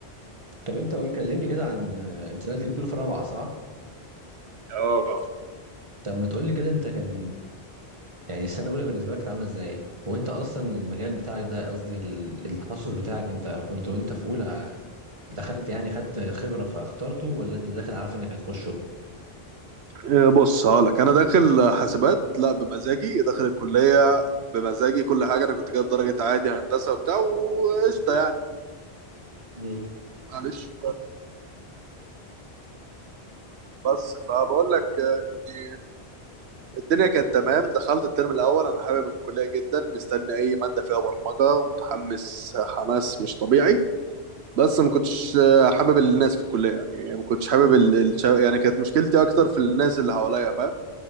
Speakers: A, on the right (about 30°); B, on the right (about 80°).
A: طب انت قول- كلمني كده عن آه، انت دلوقتي بتقول في رابعه صح؟
B: اه
A: طب ما تقولي كده انت كان يعني السنة الأولى بالنسبة لك كانت عاملة ازاي؟ وانت أصلا المجال بتاعك ده قصدي ال- التخصص بتاعك انت كنت وانت في أولى دخلت يعني خدت خبرة فاخترته ولا انت داخل عارف انك هتخشه؟
B: إيه، بص هقولك انا داخل حاسبات لا بمزاجي داخل الكليه بمزاجي كل حاجه انا كنت جايب درجه عادي هندسه وبتاع وقشطه يعني
A: مم.
B: معلش بس فبقول لك آه، إن الدنيا كانت تمام دخلت الترم الاول انا حابب الكليه جدا مستني اي ماده فيها برمجه ومتحمس حماس مش طبيعي بس
A: مم.
B: ما كنتش آه، حابب الناس في الكليه يعني ما كنتش حابب ال... الشا- يعني كانت مشكلتي اكتر في الناس اللي حواليا فاهم